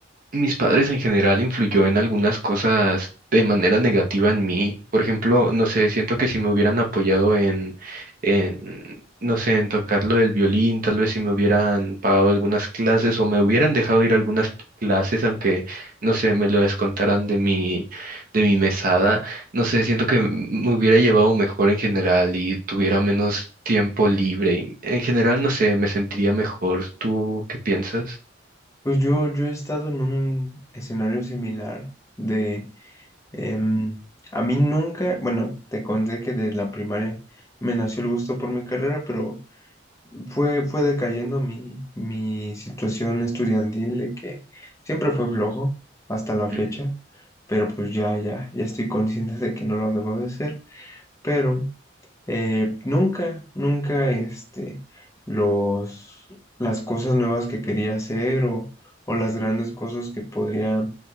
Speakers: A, on the right; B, on the left.
A: mis padres en general influyó en algunas cosas de manera negativa en mí. Por ejemplo, no sé, siento que si me hubieran apoyado en, en, no sé, en tocar lo del violín, tal vez si me hubieran pagado algunas clases o me hubieran dejado ir a algunas clases, aunque, no sé, me lo descontaran de mi, de mi mesada, no sé, siento que me hubiera llevado mejor en general y tuviera menos tiempo libre. En general, no sé, me sentiría mejor. ¿Tú qué piensas?
B: Pues yo, yo he estado en un escenario similar de... em, a mí nunca, bueno, te conté que desde la primaria me nació el gusto por mi carrera, pero fue, fue decayendo mi, mi situación estudiantil de que siempre fue flojo hasta la
A: Ujú,
B: fecha, pero pues ya, ya, ya estoy consciente de que no lo debo de ser, pero... Eh, nunca, nunca, este, los, las cosas nuevas que quería hacer o, o las grandes cosas que podría